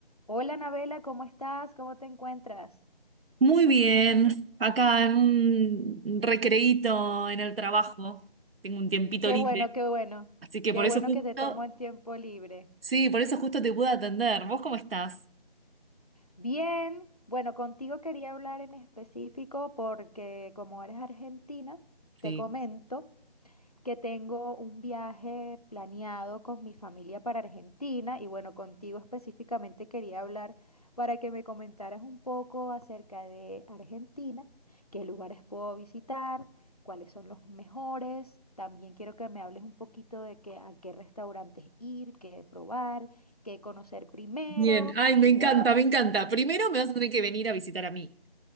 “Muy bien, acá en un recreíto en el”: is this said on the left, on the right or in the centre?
Right